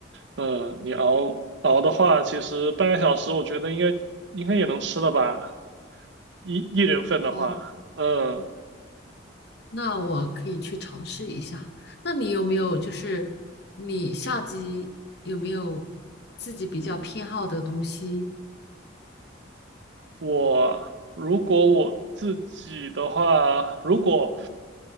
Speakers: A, on the right; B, on the left.
A: 嗯、你熬熬的话，其实半个小时，我觉得应该应该也能吃了吧，一一人份的话，
B: 哦，
A: 嗯。
B: 那我可以去尝试一下。那你有没有就是你下集有没有自己比较偏好的东西？
A: 我如果我自己的话，如果